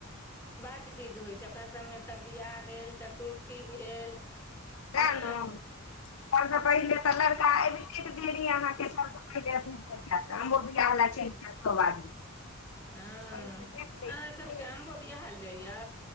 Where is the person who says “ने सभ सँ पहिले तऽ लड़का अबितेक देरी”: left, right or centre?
Left